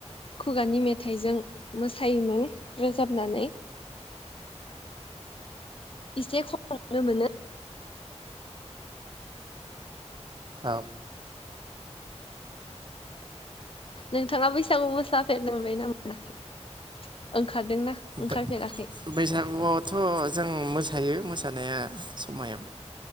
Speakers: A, on the left; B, on the right.
A: खुगानि मेथाइजों मोसायोमोन रोजाबनानै एसे खम नुनो मोनो
B: औ
A: नोंथाङा बैसागु मोसाफेरनो मोनबाय ना मोनाखै ओंखारदोंना ओंखारफेराखै
B: बै बैसागुयावथ' जों मो थायो मोसानाया समायाव